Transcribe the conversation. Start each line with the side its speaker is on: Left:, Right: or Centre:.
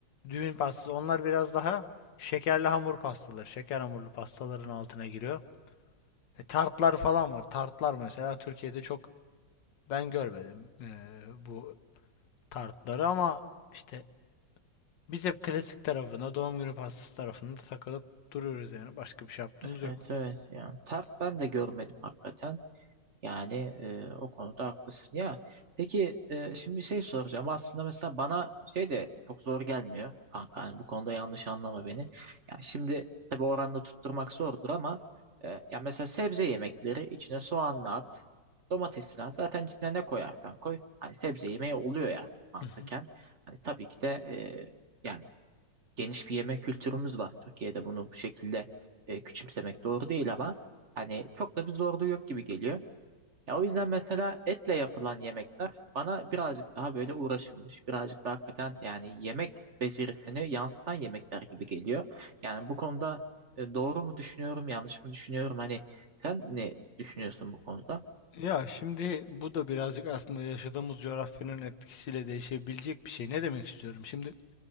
Left: Düğün pastası. Onlar biraz daha şekerli hamur pastaları. Şeker hamurlu pastaların altına giriyor. E, tartlar falan var. Tartlar mesela Türkiye'de çok ben görmedim e, bu tartları ama işte biz hep klasik tarafına, doğum günü pastası tarafında takılıp duruyoruz yani. Başka bir şey yaptığımız yok.
Right: evet evet ya tart ben de görmedim hakikaten. Yani e, o konuda haklısın ya. Peki e, şimdi şey soracağım. Aslında mesela bana şey de çok zor gelmiyor kanka. Hani bu konuda yanlış anlama beni. Ya şimdi tabii oranını tutturmak zordur ama e, ya mesela sebze yemekleri içine soğanla at, domatesini at. Zaten içine ne koyarsan koy. Hani sebze yemeği oluyor ya mantıken.
Left: Hı hı.
Right: Hani tabii ki de e, yani geniş bir yemek kültürümüz var Türkiye'de bunu bu şekilde e, küçümsemek doğru değil ama hani çok da bir zorluğu yok gibi geliyor. Ya o yüzden mesela etle yapılan yemekler bana birazcık daha böyle uğraşılmış, birazcık daha hakikaten yani yemek becerisini yansıtan yemekler gibi geliyor. Yani bu konuda e, doğru mu düşünüyorum, yanlış mı düşünüyorum? Hani sen ne düşünüyorsun bu konuda?
Left: Ya şimdi bu da birazcık aslında yaşadığımız coğrafyanın etkisiyle değişebilecek bir şey. Ne demek istiyorum? Şimdi